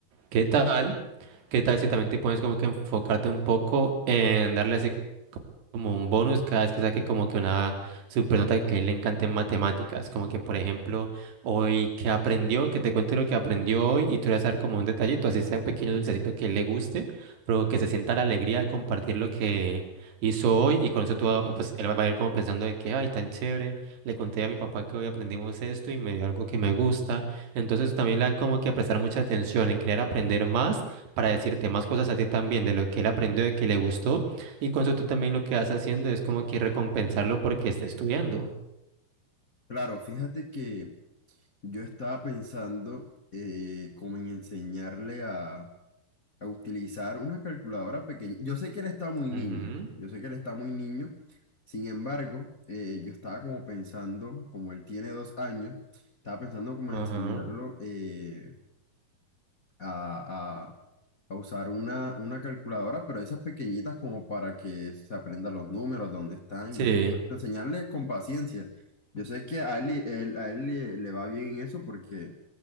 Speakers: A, on the right; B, on the left.
A: ¿Qué tal? ¿Qué tal si también te pones como que enfocarte un poco en darle así como un bonus cada vez que saque como que una supernota que a él le encante en matemáticas? Como que, por ejemplo, hoy que aprendió, que te cuente lo que aprendió hoy y tú le vas a dar como un detallito, así sea un pequeño dulcecito que a él le guste, pero que se sienta la alegría de compartir lo que hizo hoy y con eso tú, ah, pues él va a ir como pensando de que, ay, tan chévere, le conté a mi papá que hoy aprendimos esto y me dio algo que me gusta entonces también la como que a prestar mucha atención en querer aprender más para decirte más cosas a ti también de lo que él aprendió, de que le gustó. Y con eso tú también lo que vas haciendo es como que recompensarlo porque está estudiando.
B: Claro, fíjate que Yo estaba pensando eh, como en enseñarle a, a utilizar una calculadora pequeña. Yo sé que él está muy niño,
A: Ujú,
B: yo sé que él está muy niño. Sin embargo, eh, yo estaba como pensando, como él tiene dos años, estaba pensando como
A: Ajá.
B: en enseñarlo eh, a, a- a usar una, una calculadora, pero esas pequeñitas como para que se aprenda los números, dónde están
A: Sí.
B: y todo. esto. Enseñarle con paciencia. Yo sé que a él, él- a él le le va bien en eso porque